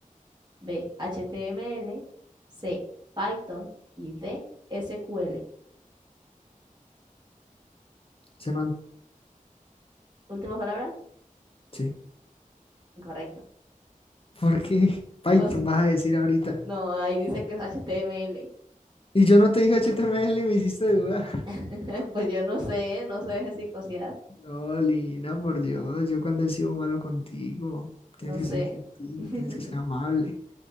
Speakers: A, on the right; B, on the left.
A: B. h t m l C. Python. Y D. s q l
B: C++,
A: Última palabra.
B: sí.
A: Incorrecto.
B: ¿Por qué <laughs> Python
A: Nos-
B: vas a decir ahorita?
A: no, ahí dice que es h t m l
B: Y yo no te dije HTML y me hiciste duda. <laughs>
A: <laughs> Pues yo no sé, no se deje psicosear,
B: No, Lina, por Dios, yo cuando he sido malo contigo, tienes
A: no
B: que
A: sé.
B: ser gentil,
A: <laughs>
B: tienes que ser amable.